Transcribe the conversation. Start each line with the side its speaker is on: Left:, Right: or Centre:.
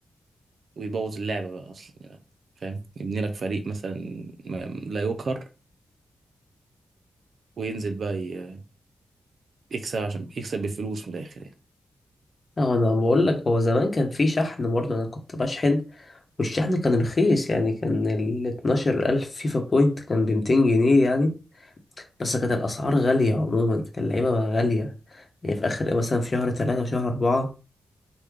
Right: ويبوظ اللعبه بقى اصلا يعني فاهم يبني لك فريق مثلا ما- لا يقهر وينزل بقى ي- يكسب عشان يكسب بالفلوس من الاخر يعني
Left: اه انا بقول لك هو زمان كان في شحن برضه انا كنت بشحن والشحن كان رخيص يعني كان ال 12000 الف فيفا بوينت كان ب 200 جنيه يعني بس كانت الاسعار غاليه عموما كانت اللعيبه غاليه يعني في اخر مثلا في شهر ثلاثة وشهر أربعة